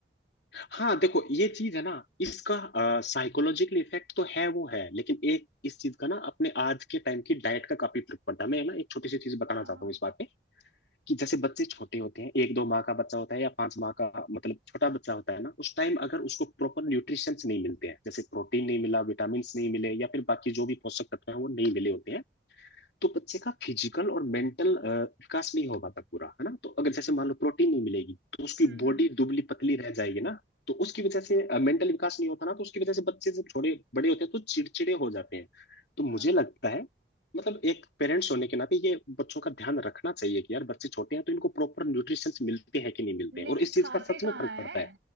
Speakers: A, on the left; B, on the right.
A: हाँ देखो ये चीज है ना इसका साइकोलॉजिकल इफेक्ट तो है वो है लेकिन एक इस चीज का ना अपने आज के टाइम की डाइट का काफी फर्क पड़ता है मैं ना एक छोटी सी चीज बताना
B: हाँ
A: चाहता हूँ इस बात पे कि जैसे बच्चे छोटे होते हैं एक दो माह का बच्चा होता है या पांच माह का मतलब छोटा बच्चा होता है ना उस टाइम अगर उसको प्रॉपर न्यूट्रिशंस नहीं मिलते हैं जैसे प्रोटीन नहीं मिला विटामिन नहीं मिले या फिर बाकी जो भी पोषक तत्व है वो नहीं मिले होते हैं तो बच्चे का फिजिकल और मेंटल विकास नहीं हो पाता पूरा है ना तो अगर जैसे मान लो प्रोटीन नहीं मिलेगी तो उसकी
B: हम्म
A: बॉडी
B: हम्म
A: दुबली पतली रह जाएगी ना तो उसकी वजह से मेंटल विकास नहीं होता ना तो उसकी वजह से बच्चे जब छोटे बड़े होते हैं तो चिड़चिड़े हो जाते हैं तो मुझे
B: हाँ
A: लगता है मतलब एक पेरेंट्स होने के नाते ये बच्चों का ध्यान रखना चाहिए कि यार बच्चे छोटे हैं तो इनको प्रॉपर न्यूट्रिशन मिलते हैं कि नहीं मिलते
B: लेकिन
A: हैं और इस चीज
B: खाते
A: का सच
B: कहाँ
A: में फर्क
B: हैं
A: पड़ता है